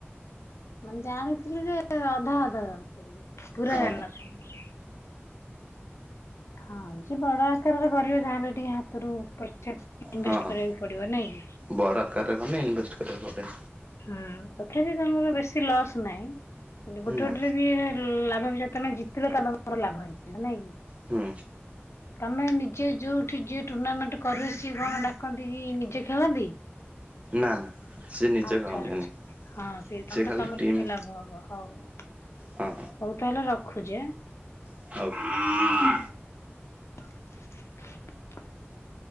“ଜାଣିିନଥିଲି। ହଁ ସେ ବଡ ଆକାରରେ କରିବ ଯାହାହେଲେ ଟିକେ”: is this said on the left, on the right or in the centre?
Left